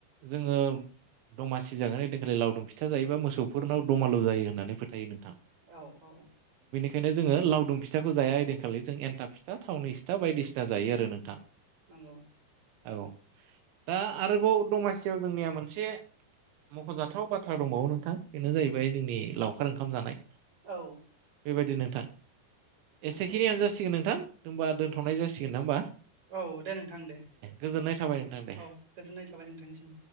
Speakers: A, on the right (about 85°); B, on the right (about 40°).
A: जोङो दमासि जागोन ओइदिनखालि लावदुम फिथा जायोबा मोसौफोरनाव दमालु जायो होननानै फोथायो नों
B: औ औ
A: खायनो जोङो लावदुम फिथाखौ जाया ओइदिनखालि जों एन्थाब फिथा, थावनि फि फिथा बायदिसिना जायो आरो नोंथां।
B: नंगौ।
A: औ दा आरोबाव दमासियाव जोंनिया मोनसे मख'जाथाव बाथ्रा दंबावो नोंथां बेनो जाहैबाय जोंनि लावखार ओंखाम जानाय।
B: औ
A: बायदि नोंथां
B: नंगौ
A: एसेखिनियानो जासिगोन नोंथां। होमबा दोनथ संनाय जासिगोन ना होमबा?
B: औ दे नोंथां दे
A: गोजोननाय थाबाय नोंथां दे
B: औ गोजोननाय थाबाय नोंथांनिसिम।